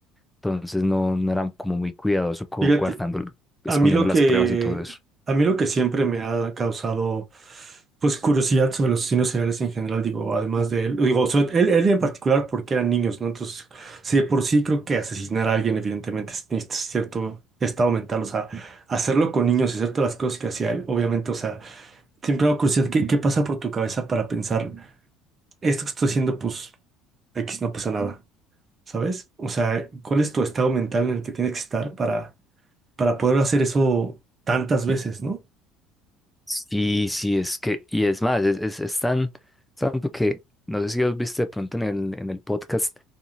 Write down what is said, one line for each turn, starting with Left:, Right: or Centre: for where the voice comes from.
Centre: Entonces no, no era como muy cuidadoso co-
Right: Fíjate,
Centre: guardando, escondiendo
Right: A mí lo que,
Centre: las pruebas y todo eso.
Right: a mí lo que siempre me ha causado, pues, curiosidad sobre los asesinos seriales en general, digo, además de él, digo, sobre él, él en particular porque eran niños, ¿no? Entonces, sí, de por sí creo que asesinar a alguien, evidentemente, es- necesitas cierto estado mental, o sea, hacerlo con niños y hacer todas las cosas que hacía él, obviamente, o sea, siempre me da curiosidad, ¿qué, qué pasa por tu cabeza para pensar, esto que estoy haciendo, pues, X no pasa nada, ¿sabes? O sea, ¿cuál es tu estado mental en el que tienes que estar para para poder hacer eso tantas veces, ¿no?
Centre: Sí, sí, es que, y es más, es, es, es tan, tanto que, no sé si os viste de pronto en el, en el podcast,